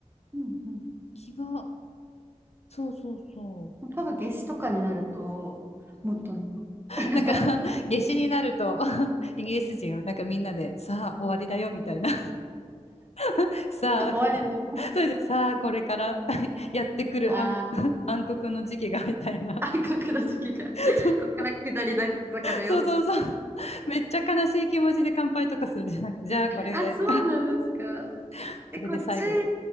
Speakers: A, on the right; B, on the left.
A: うんうん
B: 気が、そうそうそ
A: 多分夏至とかになると、もっとね <laughs>
B: う。なんか <laughs> 夏至になると <laughs> イギリス人をなんかみんなでさあ終わりだよみたいな <laughs> さあ、
A: 終わりだよ。
B: <laughs> ふそれじゃさあこれから <laughs> やってくる暗、
A: あー。
B: <laughs> 暗黒の時期がみたいな
A: 暗黒の時期が、ここから下りだ坂だよ。
B: <laughs> そうそうそうそう。めっちゃ悲しい気持ちで乾杯とかするね。<laughs> なんかじゃあこれで、
A: あ、そうなんですか。
B: <laughs> これで最後。
A: で、こっち、